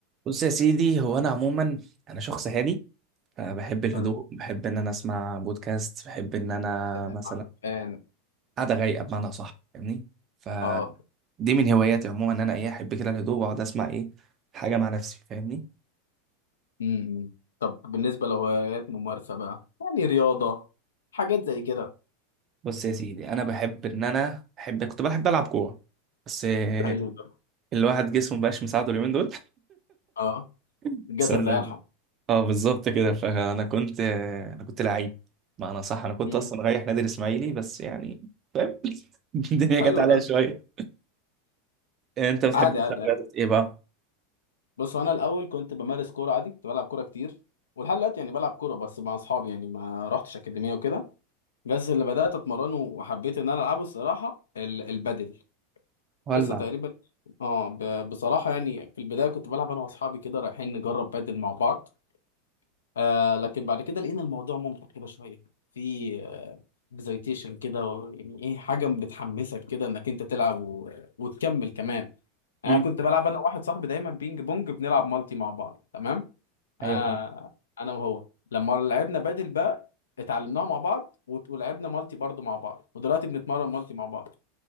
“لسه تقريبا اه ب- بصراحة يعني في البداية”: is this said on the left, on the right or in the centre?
Left